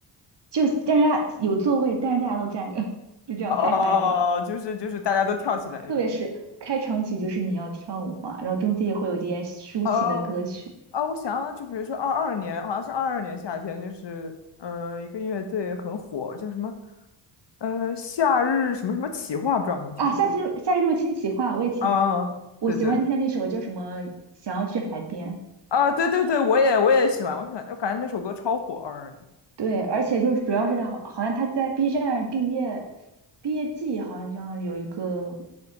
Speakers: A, on the right; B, on the left.
A: 就大家有座位，但是大家都站着，<laughs> 就这样太嗨了。
B: 哦，就是就是大家都跳起来那种。
A: 特别是开场曲就是你要跳舞嘛，然后中间也会有一些抒情的歌曲
B: 哦，啊，我想想，就比如说二二年，好像是二二年夏天，就是嗯、呃一个乐队很火，叫什么嗯，夏日什么什么企划，不知道你们听过？
A: 啊。夏季夏日入侵企划，我也挺
B: 啊，
A: 我喜欢听的那首叫什么《想要去海边》。
B: 对对啊，对对对，我也我也喜欢，我喜欢，我感觉那首歌超火，二二年。
A: 对，而且就是主要是他好，好像他在 B 站毕业毕业季好像有一个，